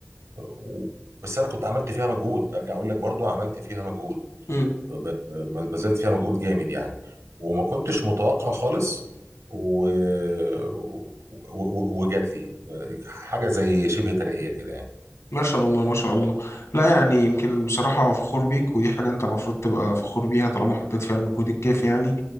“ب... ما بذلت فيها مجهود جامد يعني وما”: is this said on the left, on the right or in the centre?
Right